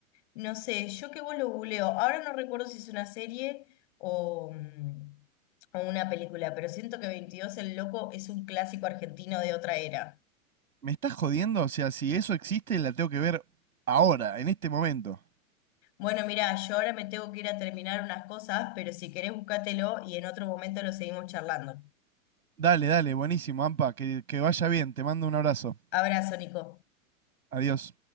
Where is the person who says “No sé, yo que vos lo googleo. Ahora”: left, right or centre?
Left